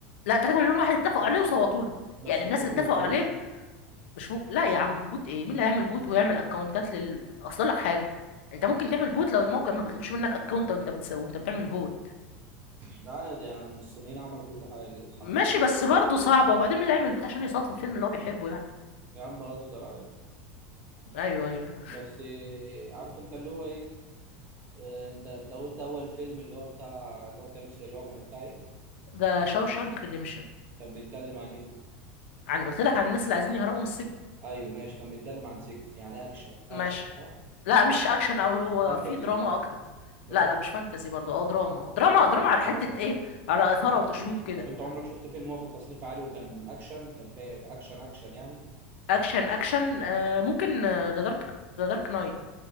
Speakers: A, on the left; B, on the right.
A: لا 3 مليون واحد اتفقوا عليه وصوتوا له
B: بس
A: يعني
B: مش
A: الناس
B: ممكن
A: اللي اتفقوا
B: يبقى
A: عليه
B: بوت
A: مش م... لا يا عم بوت ايه مين اللي هيعمل بوت ويعمل اكونتات لل اصل لك حاجه انت ممكن تعمل بوت لو الموقع ما بيطلبش منك اكونت وانت بتسوي وانت بتعمل فوت
B: ده عادي يا عم الصينيين عملوا كل حاجه حط
A: ماشي بس برضه صعبه وبعدين مين اللي هيعمل بوت عشان يصوت للفيلم اللي هو بيحبه يعني
B: يا عم بهزر عادي
A: ايوه ايوه
B: بس إيه، عارف انت اللي هو ايه آه، انت انت قلت اول فيلم اللي هو بتاع اللي هو كان اسمه- اللي هو كان بتاع ايه
A: ده شاوشانك ريديمشن
B: كان بيتكلم عن ايه
A: عن قلت لك عن الناس اللي عايزين يهربوا من السجن
B: ايوه ماشي كان بيتكلم عن سجن يعني اكشن اكشن
A: ماشي
B: صح
A: لا مش اكشن قوي هو
B: فانتزي
A: في دراما اكتر
B: دراما
A: لا لا مش فانتزي برضه اه دراما دراما دراما على حته
B: دراما
A: ايه على اثاره
B: <clears throat>
A: وتشويق كده
B: طب انت عمرك شفت فيلم واخد تصنيف عالي وكان اكشن كان فيه اكشن اكشن يعني
A: اكشن اكشن آه ممكن ذا دارك ذا دارك نايت